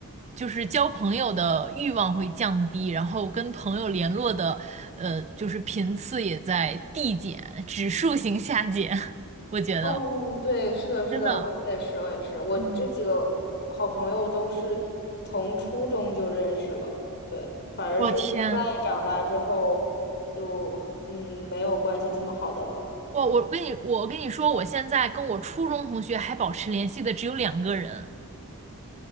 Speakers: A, on the right; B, on the left.
A: 就是交朋友的欲望会降低，然后跟朋友联络的，呃，就是频次也在递减，指数型下减，<laughs> 我觉得
B: 哦，对，是的，是的，
A: 真的，
B: 我也是，我也是，我这几个好朋友都是从初中就认识了，
A: 嗯，
B: 对，反而是在
A: 我天。
B: 长大之后就嗯没有关系这么好的了。
A: 我我跟你我跟你说，我现在跟我初中同学还保持联系的只有两个人，